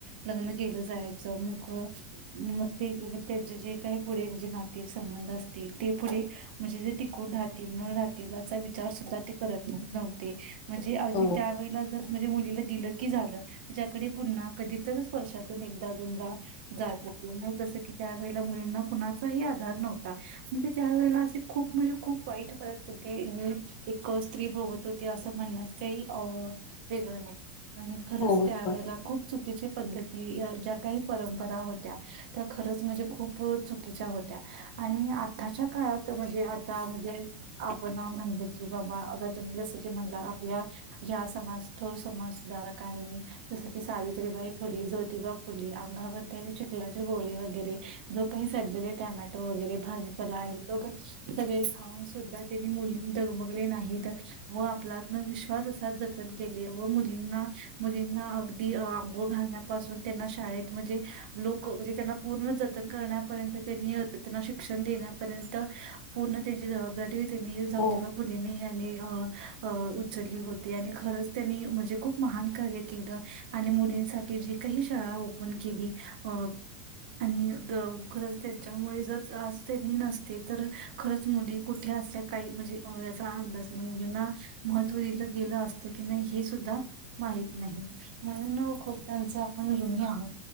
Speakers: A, on the right; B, on the left.
A: लग्न केलं जायचं. मग अ मग ते त्याचे जे काही पुढे म्हणजे नाते संबंध असतील ते पुढे म्हणजे जे टिकून राहतील न राहतील असा विचार सुद्धा ते करत नव्हते. म्हणजे अगदी
B: हो
A: त्यावेळेला जरस म्हणजे मुले म्हणजे दिल की झालं तिच्याकडे पुन्हा कधीतरी वर्षातून एकदा, दोनदा जात असे. मग जसे की त्या वेळेला मुलींना कुणाचाही आधार नव्हता. मग ते ज्या वेळेला म्हणजे खुप म्हणजे खुप वाईट परिस्तिथी एक, एक स्त्री भोगत होती. अस म्हणण्यात काही हो वेगळा नाही अन खरच
B: हो बरोबर
A: त्या वेळेला खूप चुकीची पध्दत ती अन ज्या काही परंपरा होत्या त्या खरंच म्हणजे खूप चुकीच्या होत्या आणि आत्ताच्या काळात म्हणजे आता म्हणजे आपण म्हणल की बा-बा आता तुम्ही जसं की म्हणला आपल्या या समाजथोर समाज सुधारकांनी जस की सावित्रीबाई फुले ज्योतिबा फुले अंग - <unintelligible> चला गोळी वगैरे जो काही सडलेले टॅमॅटो वगैरे भाजीपाला आहे त सगळे खऊन सुद्धा त्यांनी मुली दगमगले नाहीत व आपला आत्मविश्वास वारसा जतन केले व मुलींना मुलींना अगदी आंघोळ घालण्यापासून त्यांना शाळेत - म्हणजे लोक म्हणजे त्यांना पूर्ण जतन करण्यापर्यंत त्यांनी त्यांना शिक्षण देण्यापर्यंत - पूर्ण त्यांची जबाबदारी त्यांनी जोतीबा
B: हो
A: फुलेनी आणि अ अ उचली होती आणि खरच त्यांनी म्हणजे खूप महान कार्य केल आणि मुली- मुलीसाठी जी काही शाळा ओपन केली अ - आणि त खरंच त्यांच्यामुळे जर आज त्यांनी नसते ते तर खरंच मुली कुठे असल्या काही म्हणजे याचा अंदाज नाही मुलींना महत्त्व दिलं- गेल असत की नाही हे सुद्धा माहत नाही म्हणून खूप त्यांच आपण ऋणी आहोत.